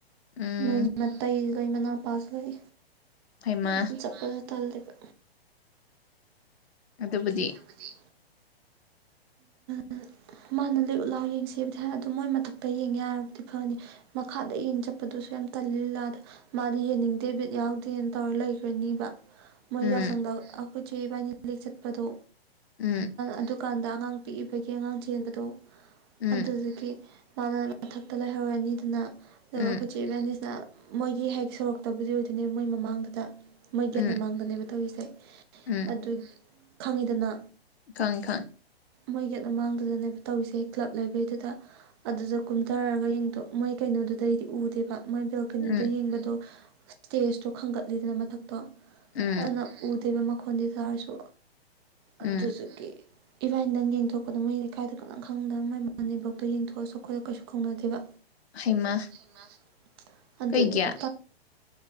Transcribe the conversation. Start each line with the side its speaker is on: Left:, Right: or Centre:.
Left: ꯎꯝ
Right: ꯃꯣꯏ ꯃꯇꯩ ꯂꯩ ꯃꯅꯥꯎꯄꯥꯁꯨ ꯂꯩ
Left: ꯍꯩꯃ
Right: ꯑꯗꯨ ꯁꯨꯝ ꯆꯠꯄꯗꯣ ꯇꯜꯂꯤꯕ
Left: ꯑꯗꯨꯕꯨꯗꯤ
Right: ꯕꯨꯗꯤ <inaudible> ꯃꯥꯅ ꯂꯦꯛꯎ ꯂꯥꯎ ꯌꯦꯡꯁꯦꯕꯨꯗꯤ ꯍꯥꯏ ꯑꯗꯣ ꯃꯣꯏ ꯃꯊꯛꯇ ꯌꯦꯡ ꯌꯥꯔꯕꯨꯗꯤ ꯐꯅꯤ ꯃꯈꯥꯗ ꯌꯦꯡ ꯆꯠꯄꯗꯨꯁꯨ ꯌꯥꯝ ꯇꯜꯂꯦ ꯂꯤꯂꯥꯗꯣ ꯃꯥꯗꯤ ꯌꯦꯡꯅꯤꯡꯗꯦ ꯕꯤꯠ ꯌꯥꯎꯗꯦꯅ ꯇꯧꯔ ꯂꯩꯈ꯭ꯔꯅꯤꯕ ꯃꯣꯏ
Left: ꯎꯝ
Right: ꯌꯥꯎꯁꯪꯗ ꯑꯩꯈꯣꯏ ꯆꯦ ꯏꯕꯥꯟꯅꯤ ꯂꯦꯛ ꯆꯠꯄꯗꯣ
Left: ꯎꯝ
Right: ꯑꯗꯨ ꯀꯥꯟꯗ ꯑꯉꯥꯡ ꯄꯤꯛꯏꯕꯒꯤ ꯑꯉꯥꯡ ꯆꯦꯟꯕꯗꯣ
Left: ꯎꯝ
Right: ꯑꯗꯨꯗꯨꯒꯤ ꯃꯥꯅ ꯃꯊꯛꯇ ꯂꯩꯍꯧꯔꯅꯤꯗꯅ ꯑꯗꯨꯒ
Left: ꯎꯝ
Right: ꯑꯩꯈꯣꯏ ꯆꯦ ꯏꯕꯥꯟꯅꯤꯁꯤꯅ ꯃꯣꯏꯒꯤ ꯍꯦꯛ ꯁꯣꯔꯣꯛꯇꯕꯨꯗꯤ ꯑꯣꯏꯗꯣꯏꯅꯦꯕ ꯃꯣꯏ ꯃꯃꯥꯡꯗꯨꯗ ꯃꯣꯏ
Left: ꯎꯝ
Right: ꯒꯦꯠ ꯃꯃꯥꯡꯗꯅꯦꯕ ꯇꯧꯔꯤꯁꯦ
Left: ꯎꯝ
Right: ꯑꯗꯨ ꯈꯪꯉꯤꯗꯅ
Left: ꯈꯪꯉꯦ ꯈꯪꯉꯦ
Right: ꯃꯣꯏ ꯒꯦꯠ ꯃꯃꯥꯡꯗꯨꯗꯅꯦꯕ ꯇꯧꯔꯤꯁꯦ ꯀ꯭ꯂꯕ ꯂꯩꯕꯩꯗꯨꯗ ꯑꯗꯨꯗ ꯀꯨꯝꯊꯔꯒ ꯌꯦꯡꯗꯣꯛ ꯃꯣꯏ ꯀꯩꯅꯣꯗꯨꯗꯩꯗꯤ ꯎꯗꯦꯕ ꯃꯣꯏ ꯕꯦꯜꯀꯣꯅꯤꯗꯩ
Left: ꯎꯝ
Right: ꯌꯦꯡꯕꯗꯣ ꯁ꯭ꯇꯦꯖꯇꯣ ꯈꯟꯒꯠꯂꯤꯗꯅ ꯃꯊꯛꯇꯣ
Left: ꯎꯝ
Right: ꯑꯗꯨꯅ ꯎꯗꯦꯕ ꯃꯈꯣꯟꯗꯤ ꯇꯥꯔꯁꯨ ꯑꯗꯨꯗꯨꯒꯤ
Left: ꯎꯝ
Right: ꯏꯕꯥꯥꯟꯅꯤꯗꯪ ꯌꯦꯡ ꯊꯣꯛꯄꯗꯣ ꯃꯣꯏ ꯂꯩꯀꯥꯏꯗ ꯀꯅꯥꯝ ꯈꯪꯗꯝ ꯃꯣꯏ ꯃꯅꯦꯝꯕꯣꯛꯇꯣ ꯌꯦꯡꯊꯣꯛꯑꯁꯨ ꯑꯩꯈꯣꯏꯗ ꯀꯩꯁꯨ ꯀꯧꯅꯗꯦꯕ
Left: ꯍꯩꯃ
Right: ꯍꯩꯃꯥ ꯑꯗꯨꯅꯦ
Left: ꯀꯩꯒꯤ
Right: <inaudible>